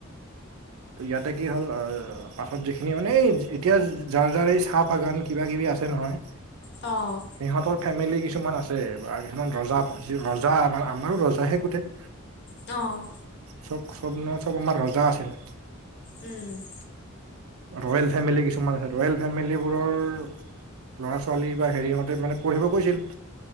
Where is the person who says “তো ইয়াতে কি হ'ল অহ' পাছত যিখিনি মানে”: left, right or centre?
Right